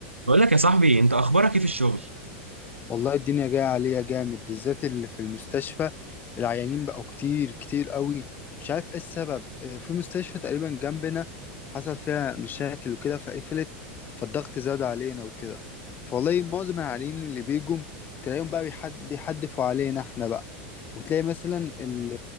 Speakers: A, on the right; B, on the left.
A: بقول لك يا صاحبي انت اخبارك ايه في الشغل
B: والله الدنيا جاية عليا جامد بالذات اللي في المستشفى العيانين بقوا كتير كتير قوي مش عارف ايه السبب آه، في مستشفى تقريبا جنبنا حصل فيها مشاكل وكده فقفلت فالضغط زاد علينا وكده فوالله معظم العيانين اللي بيجوا تلاقيهم بقى بيحد بيحدفوا علينا احنا بقى وتلاقي مثلا ال...